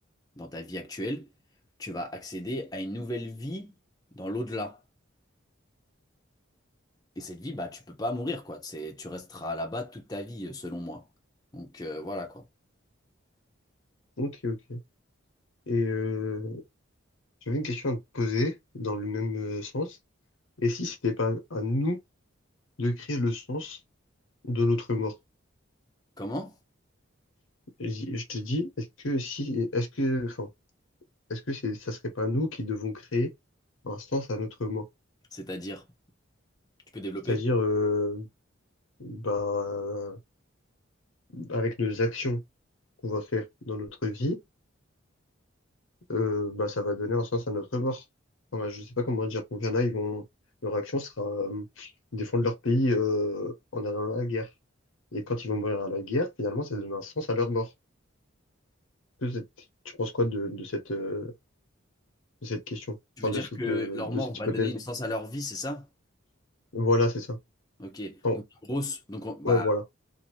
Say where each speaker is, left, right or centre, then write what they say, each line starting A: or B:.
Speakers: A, on the left (about 20°); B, on the left (about 80°).
A: dans ta vie actuelle, tu vas accéder à une nouvelle vie dans l'au-delà. Et cette vie, bah, tu peux pas mourir, quoi. C'est, tu resteras là-bas toute ta vie, euh, selon moi. Donc euh, voilà, quoi.
B: ok, ok. Et euh, j'avais une question à te poser dans le même euh, sens. Et si c'était pas à nous de créer le sens de notre mort.
A: Comment?
B: Et j- je te dis, est-ce que si, est-ce que, enfin, est-ce que c'est, ça serait pas nous qui devons créer un sens à notre mort?
A: C'est-à-dire, tu peux développer?
B: C'est-à-dire, euh, bah, avec nos actions qu'on va faire dans notre vie, euh, bah, ça va donner un sens à notre mort. Enfin, je sais pas comment dire. Pour qu'il y en a, ils vont, leur action sera, euh, défendre leur pays, euh, en allant à la guerre. Et quand ils vont mourir à la guerre, finalement, ça donne un sens à leur mort. Tu tu penses quoi de, de cette, euh, de cette question,
A: Tu
B: enfin
A: veux
B: de
A: dire
B: cette
A: que
B: de,
A: leur
B: de
A: mort
B: cette
A: va
B: hypothèse.
A: donner une sens à leur vie, c'est ça?
B: Voilà, c'est ça.
A: Ok.
B: Enfin,
A: Donc grosse. Donc on- bah,
B: ouais, voilà.